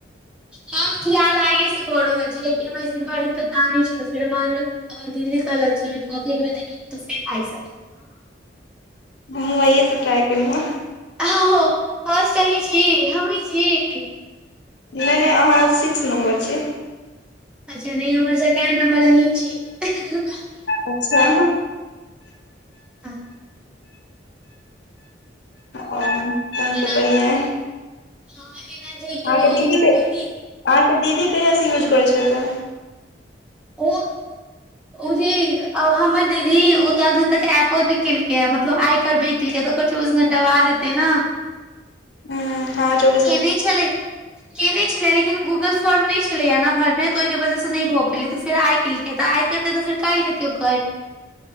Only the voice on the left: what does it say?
हं आइये सॅं ट्राइ केलौहे
नहि नहि अहाँ सिक्स नम्बर छी
अच्छा
और तहन तऽ
बढ़िआ
अहाँके दीदी अहाँके
दीदी कहियासँ यूज करै छलैथा
हँ आजो
<inaudible>